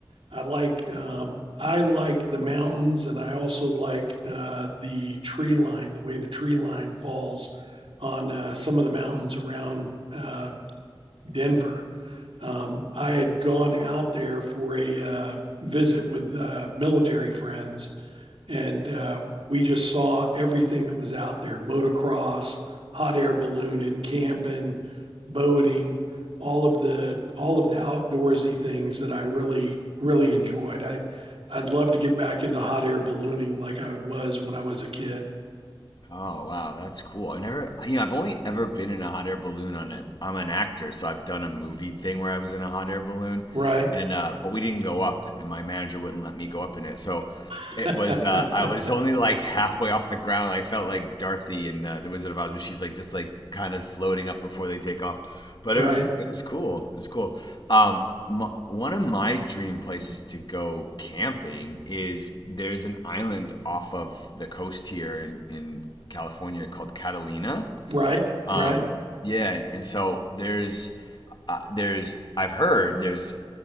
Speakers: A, on the right; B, on the left.
A: I like um, I like the mountains, and I also like uh, the tree line, the way the tree line falls on uh, some of the mountains around uh, Denver. Um, I had gone out there for a uh, visit with uh, military friends, and uh, we just saw everything that was out there: motocross, hot air ballooning, camping, boating, all of the all of the outdoorsy things that I really really enjoyed. I I'd love to get back into hot air ballooning like I was when I was a kid.
B: Oh wow, that's cool. I've never, you know, I've only ever been in a hot air balloon on it. I'm an actor, so I've done a movie thing where I was in a hot air balloon,
A: Right.
B: and uh, but we didn't go up, and my manager wouldn't let me go up in it. So
A: <laughs>
B: it was, uh, I was only like halfway off the ground. I felt like Dorothy in uh, The Wizard of Oz, but she's like just like kind of floating up before they take off. But
A: right.
B: it was, it was cool. It was cool. Um, m one of my dream places to go camping is there's an island off of the coast here in in California called Catalina.
A: Right.
B: Um,
A: Right.
B: yeah, and, and so there's uh, there's I've heard there's